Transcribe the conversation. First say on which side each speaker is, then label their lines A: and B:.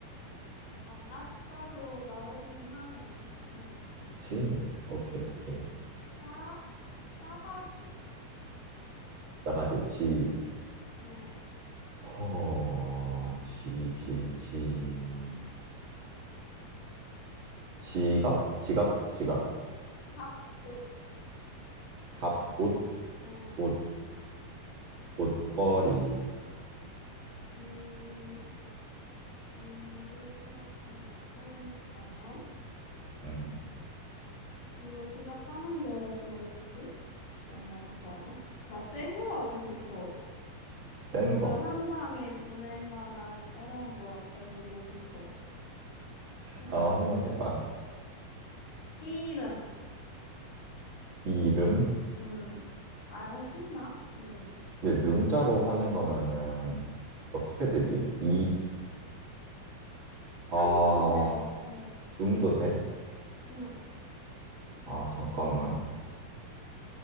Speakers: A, on the left; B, on the right.
A: 아싸도 나오긴 하네. 음,
B: 그치? 오케이, 오케이.
A: 싸, 싸가지.
B: 나가지 지.
A: 예,
B: 허, 지, 지, 지. 지갑? 지갑, 지갑.
A: 갑옷.
B: 갑, 옷,
A: 예,
B: 옷, 옷걸이.
A: 이, 이로 시작하는 거는, 잠깐만.
B: 음,
A: 이로 시작하는 게 뭐 있지? 잠깐만, 잠깐만. 나 센 거 하고 싶어.
B: 센
A: 너를
B: 거?
A: 한 방에 보낼 만한 어려운 거 배워보고 싶어. 음,
B: 어, 한번 해봐.
A: 이름.
B: 이름?
A: 음, 알고 싶나? 음,
B: 근데 름자로 하는 거면은 어떻게 되지? 이, 아,
A: 음도 돼. 음.
B: 음도 돼?
A: 음.
B: 아, 잠깐만.